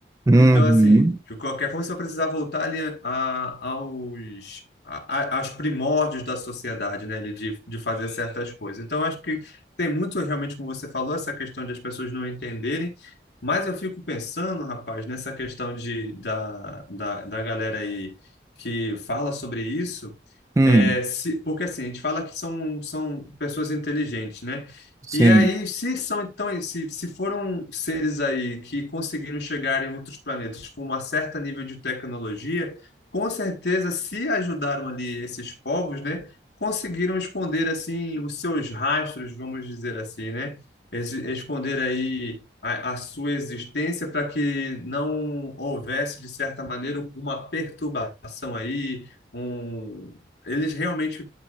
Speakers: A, on the right (about 20°); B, on the left (about 70°).
A: Uhum.
B: Então, assim, de qualquer forma, você vai precisar voltar ali a- aos, a- a- aos primórdios da sociedade, né? ali De, de fazer certas coisas. Então, acho que tem muito, realmente, como você falou, essa questão de as pessoas não entenderem. Mas eu fico pensando, rapaz, nessa questão de, da, da, da galera aí que fala sobre isso.
A: Hum,
B: É, se- porque assim, a gente fala que são, são pessoas inteligentes, né?
A: sim.
B: E aí, se são então, se, se foram seres aí que conseguiram chegar em outros planetas com uma certa nível de tecnologia, com certeza, se ajudaram ali esses povos, né, conseguiram esconder assim os seus rastros, vamos dizer assim, né, Es- esconder aí a, a sua existência para que não houvesse de certa maneira uma perturbação aí, um, eles realmente